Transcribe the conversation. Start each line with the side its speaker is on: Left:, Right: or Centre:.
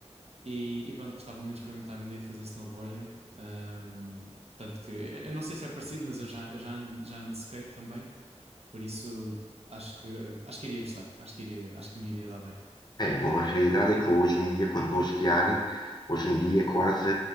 Right: E, e pronto, gostava muito de experimentar um dia fazer snowboarding. Ahm, tanto que, eu não sei se é parecido, mas eu já, eu já ando, já ando de skate também. Por isso, acho que, acho que iria gostar. Acho que iria, acho que me iria dar bem.
Left: É, bom, a realidade é que hoje em dia, quando vou esquiar, hoje em dia quase